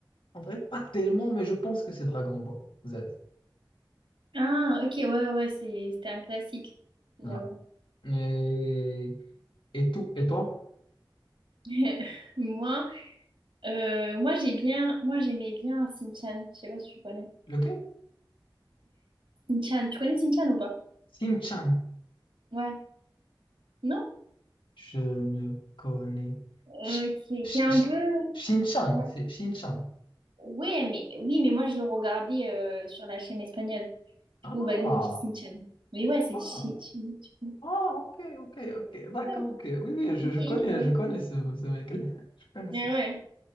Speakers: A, on the left; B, on the right.
A: en vrai, pas tellement, mais je pense que c'est Dragon Ball Z.
B: Ah, ok, ouais, ouais, c'est, c'était un classique, j'avoue.
A: Ouais. Et, et tout, et toi?
B: <laughs> Moi, Euh, moi j'ai bien, moi j'aimais bien Shin-chan, je sais pas si tu connais.
A: Lequel?
B: Shin-chan, tu connais Shin-chan ou pas?
A: Sim-chan.
B: Ouais. Non?
A: Je ne connais.
B: Euh,
A: Shi-
B: qui,
A: Shi-
B: est qui est un
A: Shi-
B: peu...
A: Shin-chan,
B: Ouais.
A: c'est Shin-chan.
B: Ouais, mais, oui, mais moi je le regardais euh, sur la chaîne espagnole.
A: Ah,
B: Ou bah nous on dit Shin-chan. Mais ouais, c'est
A: ah,
B: Shin... Shin- Shin-
A: ah, ok, ok, ok, d'accord,
B: Ouais,
A: ok. Oui, oui, je,
B: il est
A: je connais,
B: il est bien.
A: je connais ce, ce mec. <laughs> Je connais
B: Ouais,
A: ce.
B: ouais.